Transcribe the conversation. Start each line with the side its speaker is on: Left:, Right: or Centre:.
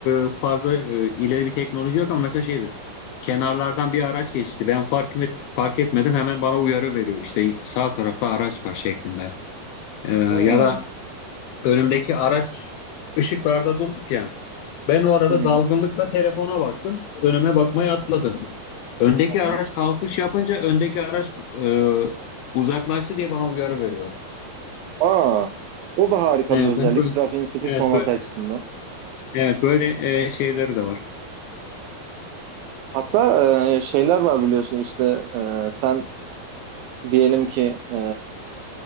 Left: e, fazla e, ileri bir teknoloji yok ama mesela şeydir. Kenarlardan bir araç geçti. Ben fark, et- fark etmedim. Hemen bana uyarı veriyor. İşte sağ tarafta araç var şeklinde. E, ya
Right: Hmm.
Left: da Önümdeki araç ışıklarda durduk ya. Ben o arada
Right: Hı hı. hı
Left: dalgınlıkla telefona baktım. Önüme bakmayı atladım. Öndeki
Right: hı.
Left: araç kalkış yapınca öndeki araç e, uzaklaştı diye bana uyarı veriyor.
Right: Aa, o da harika
Left: Evet,
Right: bir özellik.
Left: yani böyle,
Right: Trafiğin sıkışmaması
Left: evet, böyle,
Right: açısından.
Left: evet, böyle e, şeyleri de var.
Right: Hatta e, şeyler var biliyorsun işte e, sen diyelim ki e,